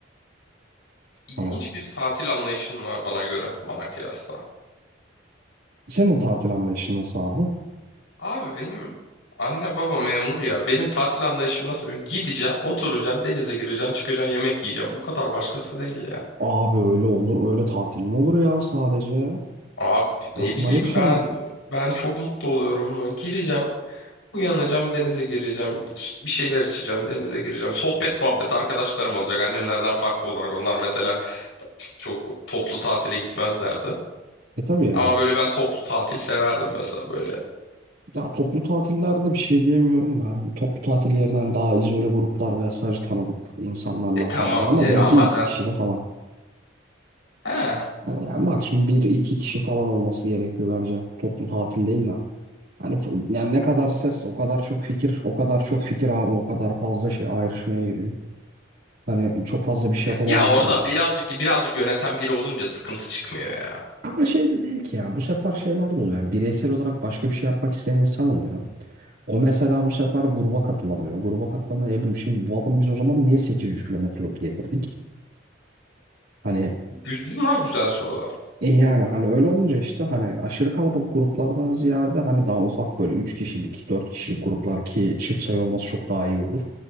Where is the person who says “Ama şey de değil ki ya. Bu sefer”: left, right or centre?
Right